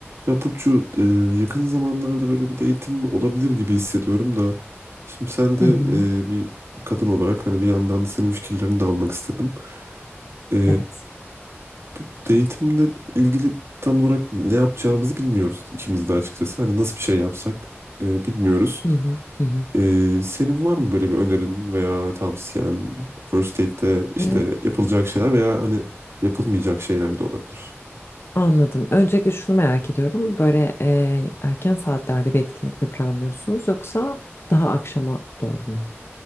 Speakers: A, on the right; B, on the left.
A: Ya Burcu e, yakın zamanlarda böyle bir de eğitim olabilir gibi hissediyorum da şimdi sen de
B: Hı hı.
A: e, bir kadın olarak hani bir yandan da senin fikirlerini de almak istedim. E,
B: Evet.
A: bu eğitimle ilgili tam olarak ne yapacağımızı bilmiyoruz ikimiz de açıkçası. Hani nasıl bir şey yapsak e, bilmiyoruz.
B: Hı hı. Hı hı.
A: E, senin var mı böyle bir önerin veya tavsiyen First Aid'de işte
B: Ee,
A: yapılacak şeyler veya hani yapılmayacak şeyler de olabilir.
B: anladım. Öncelikle şunu merak ediyorum. Böyle e, erken saatlerde bir etkinlik mi planlıyorsunuz yoksa daha akşama doğru mu?